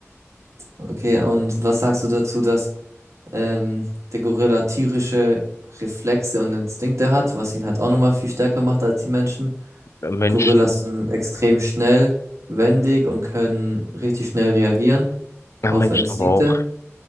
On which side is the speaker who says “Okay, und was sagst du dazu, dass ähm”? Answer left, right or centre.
Right